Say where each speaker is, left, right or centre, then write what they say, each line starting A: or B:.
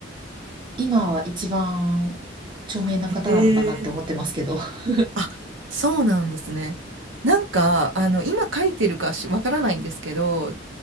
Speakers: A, on the right; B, on the right.
A: 今は一番著名な方なのかなって思ってますけど。
B: へえ。
A: <laughs> あ
B: あ、そうなんですね。なんか、あの、今書いてるかしわからないんですけど、